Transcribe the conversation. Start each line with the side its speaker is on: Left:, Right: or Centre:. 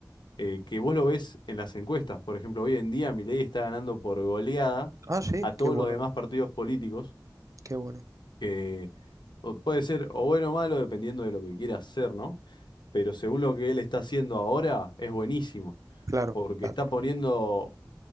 Left: eh, que vos lo ves en las encuestas. Por ejemplo, hoy en día Milei está ganando por goleada
Right: Ah, sí,
Left: a
Right: qué
Left: todos
Right: bueno,
Left: los demás partidos políticos,
Right: qué bueno.
Left: que o puede ser o bueno o malo dependiendo de lo que quiera hacer, ¿no? Pero según lo que él está haciendo ahora, es buenísimo,
Right: Claro,
Left: porque
Right: claro,
Left: está
Right: claro.
Left: poniendo